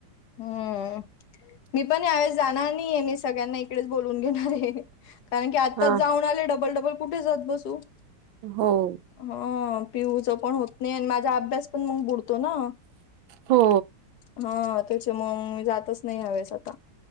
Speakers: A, on the left; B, on the right.
A: हम्म. मी पण यावेेळेस जाणार नाही आहे, मी सगळ्यांना इकडेच बोलून घेणार आहे. कारण की आत्ताच
B: हा
A: जाऊन आले, डबल डबल कुठे जात बसू.
B: हो..
A: अ पिऊूच पण होत नाही, आणि माझा अभ्यास पण मग बुडतो ना.
B: हो
A: हा ते. हेच्यामुळं मी जातंच नाही, ह्या वेळेस आता.